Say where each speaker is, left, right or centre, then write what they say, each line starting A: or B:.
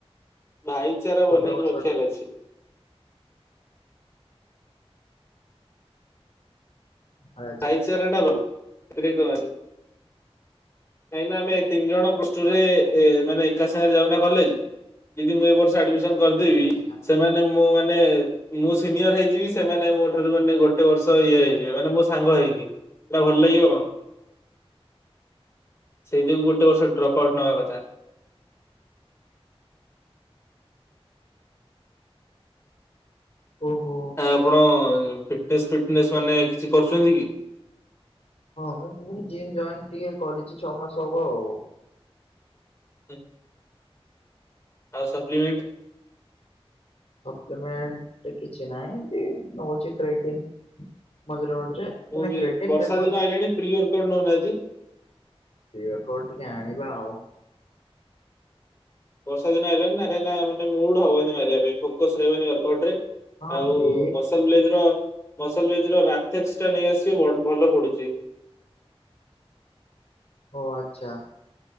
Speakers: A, on the left; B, on the left.
A: ଭାଇଚାରା
B: ଗୋଟେ
A: ବନେଇକି
B: ବର୍ଷର
A: ରଖିବାର ଅଛି।
B: ଆଚ୍ଛା
A: ଭାଇଚାରା
B: ଆଚ୍ଛା
A: ଟା ରହୁ ସେଠି କରିଚି। କାହିଁକି ନା ଆମେ ତିନି ଜଣ ପ୍ଲସ ଟୁ ରେ ମାନେ ଏକା ସାଙ୍ଗରେ ଯାଉନା କଲେଜ ଯଦି ମୁଁ ଏ ବର୍ଷ ଆଡିମିସନ। ଆଡିମିସନ କରିଦେବି
B: ଆଚ୍ଛା
A: ସେମାନେ ମୁଁ ମାନେ ମୁଁ ସିନିୟର ହେଇଯିବି ସେମାନେ ମୋ ଠାରୁ ମାନେ ଗୋଟେ ବର୍ଷ ଇଏ ହେଇଯିବେ ମାନେ ମୋ ସାଙ୍ଗ ହେଇକି। ଏଟା ଭଲ ଲାଗିବ କ। ସେଇ ଯୋଗୁ ଗୋଟେ ବର୍ଷ ଡ୍ରପ୍ ଆଉଟ ନବା କଥା।
B: ଓହୋ।
A: ଆ ଆପଣ ଫିଟନେସ୍, ଫିଟନେସ୍ ମାନେ କିଛି କରୁଛନ୍ତି କି।
B: ହଁ ମୁ ଜିମ୍ ଜଏନ୍ ଟିକେ କରିଛି ଛଅ ମାସ ହବ ଆଉ।
A: <unintelligible> ଆଉ ସପ୍ଲିମେଣ୍ଟ।
B: ସପ୍ଲିମେଣ୍ଟ କିଛି ନାହିଁ ଏମିତି ନଉଛି କ୍ରେଟିଂ ମଝିରେ ମଝିରେ।
A: ମୁୁଁ
B: ନା
A: ବି
B: କ୍ରେଟିନ୍
A: ବର୍ଷା
B: ରେଗୁଲାର
A: ଦିନ ଆଇଲାଣି ପ୍ରି ଇୟର କଡ଼ ନଉ ନାହାନ୍ତି
B: ଇୟର କଡ ଟିକେ ଆଣିବା ଆଉ
A: ବର୍ଷା ଦିନ ଆଇଲାଣି ନା କାହିନା ମାନେ ମୁଡ଼ ହବନି ମାରିବା ପାଇଁ ଫୋକସ ରହିବନି ଇୟର କଡ ରେ।
B: ହଁ
A: ଆଉ
B: ପ୍ରି
A: ମସଲ ବ୍ଲେଜ ର ମସଲ ବ୍ଲେଜ ର ରାଥେସ୍କେ ଟା ନେଇଆସିବ ଭଲ ପଡୁଛି।
B: ଓ ଆଚ୍ଛା।